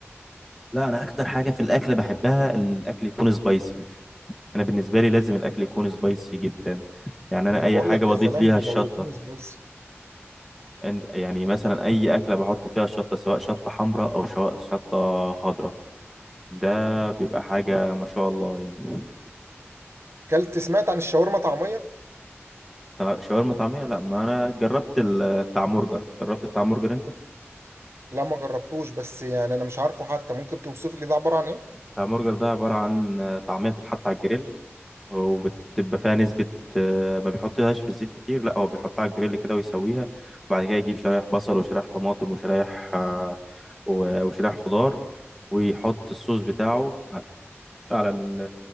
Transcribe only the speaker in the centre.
لا انا اكتر حاجه في الاكل بحبها ان الاكل يكون سبايسي انا بالنسبه لي لازم الاكل يكون سبايسي جدا يعني انا
اي
حاجه
بضيف
ليها الشطه
أنت- يعني مثلا اي اكله بحط فيها الشطه سواء شطه حمراء او شو- شطه خضراء ده بيبقى حاجه ما شاء الله يعني
طا- شاورما طعميه لا ما انا جربت التعمورجر جربت التعمورجر انت
بتاع برجر ده عبارة عن آه، طعمية بتتحط على الجريل وبتبقى فيها نسبة آه، ما بيحطهاش في الزيت كتير لا هو بيحطها على الجريل كده ويسويها وبعد كده يجيب شرايح بصل وشرايح طماطم وشرايح آه، و- وشرايح خضار ويحط الصوص بتاعه على على ال